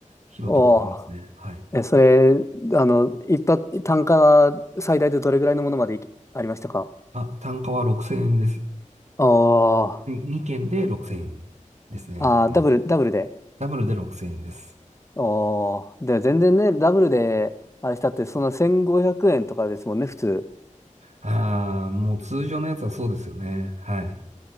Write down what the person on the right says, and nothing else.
拾ったことありますね。
はい。
あ、単価は6000円です。
2件で6000円ですね。
うん
ダブルで6000円です。
ああ、もう通常のやつはそうですよね。はい。